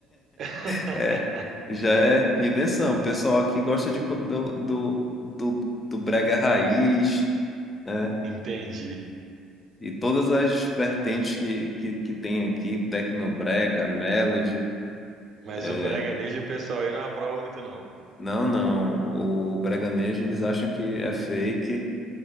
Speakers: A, on the right; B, on the left.
A: <laughs>
B: <laughs> é- já é invenção. O pessoal aqui gosta de, co- do, do, do, do brega raiz, né?
A: Entendi.
B: E todas as vertentes que, que, que tem aqui, Tecnobrega, Melody.
A: Mas
B: é,
A: o breganejo o pessoal aí não aprova muito não.
B: Não, não. O Braganejo eles acham que é fake,